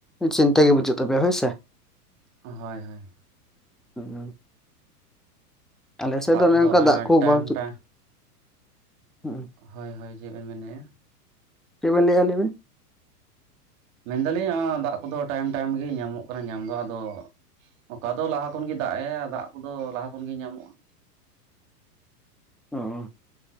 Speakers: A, in the centre; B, on the right.
A: ᱪᱤᱱᱛᱟᱹ ᱜᱮ ᱵᱟᱪᱩᱜ ᱛᱟᱯᱮᱭᱟ ᱦᱳᱭᱥᱮ?
B: ᱦᱳᱭ ᱦᱳᱭ
A: ᱦᱮᱸ ᱟᱞᱮ ᱥᱮᱫ
B: ᱫᱟᱜ
A: ᱫᱚ ᱚᱱᱮ
B: ᱠᱚᱫᱚ
A: ᱚᱱᱠᱟ ᱫᱟᱜ ᱠᱚ
B: ᱴᱟᱭᱤᱢ
A: ᱵᱟᱝᱪᱩᱜ᱾
B: ᱴᱟᱭᱤᱢ
A: ᱦᱩᱸᱜ ᱦᱩᱸ
B: ᱦᱳᱭ ᱦᱳᱭ ᱪᱮᱫ ᱵᱮᱱ ᱢᱮᱱᱮᱜᱼᱟ?
A: ᱪᱮᱫ ᱵᱮᱱ ᱞᱟᱹᱭ ᱮᱜᱼᱟ ᱞᱟᱭ ᱵᱤᱱ
B: ᱢᱮᱱᱫᱟᱞᱤᱧ ᱟᱹᱻᱫᱟᱜ ᱠᱚᱫᱚ ᱴᱟᱭᱤᱢ ᱴᱟᱭᱤᱢ ᱜᱮ ᱧᱟᱢᱚᱜ ᱠᱟᱱᱟ ᱧᱟᱢ ᱫᱚ ᱟᱫᱚ ᱚᱠᱟ ᱫᱚ ᱞᱟᱦᱟ ᱠᱷᱚᱱ ᱜᱮ ᱫᱟᱜ ᱮᱭᱟ ᱫᱟᱜ ᱠᱚᱫᱚ ᱞᱟᱦᱟ ᱠᱷᱚᱱ ᱜᱮ ᱧᱟᱢᱚᱜᱼᱟ᱾
A: ᱚᱸᱜᱚ